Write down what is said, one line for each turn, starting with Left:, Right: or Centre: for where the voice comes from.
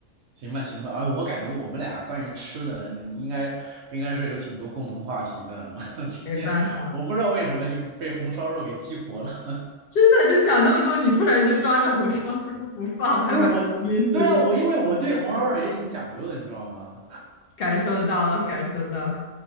Right: 行吧，行吧。哎，我感觉我们俩关于吃的应该应该是有挺多共同话题的。<laughs> 今天我不知道为什么就被红烧肉给激活了。
Left: 没办法。
Right: <laughs>
Left: 真的，就讲那么多，你突然就抓着红烧肉不放，还蛮有意思的
Right: 不是我，对啊，我因为我对红烧肉也挺讲究的，你知道吗？
Left: 感受到了，感受到了。